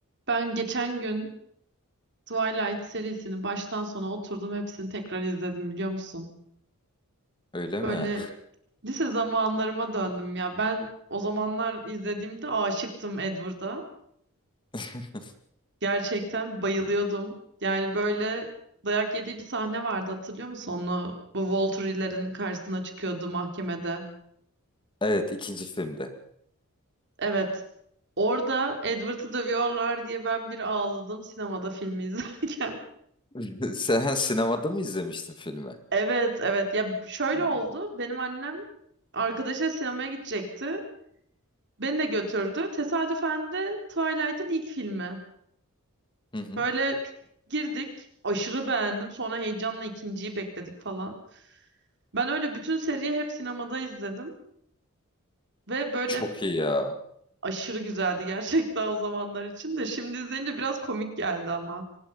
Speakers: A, on the right (about 55°); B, on the left (about 20°).
A: Ben geçen gün Twilight serisini baştan sona oturdum hepsini tekrar izledim biliyor musun?
B: Öyle
A: Böyle
B: mi?
A: lise zamanlarıma döndüm ya. Ben o zamanlar izlediğimde aşıktım Edward'a.
B: <laughs>
A: Gerçekten bayılıyordum. Yani böyle dayak yediği bir sahne vardı hatırlıyor musun? Onu bu Volturi'lerin karşısına çıkıyordu mahkemede.
B: Evet, ikinci filmde.
A: Evet. Orada Edward'ı dövüyorlar diye ben bir ağladım sinemada filmi <laughs> izlerken.
B: <laughs> Sen sinemada mı izlemiştin filmi?
A: Evet evet ya şöyle
B: Hmm.
A: oldu benim annem arkadaşıyla sinemaya gidecekti beni de götürdü tesadüfen de Twilight'ın ilk filmi
B: Hı hı.
A: böyle girdik aşırı beğendim sonra heyecanla ikinciyi bekledik falan ben öyle bütün seriyi hep sinemada izledim ve böyle
B: Çok iyi ya.
A: aşırı güzeldi gerçekten o zamanlar için de şimdi izleyince biraz komik geldi ama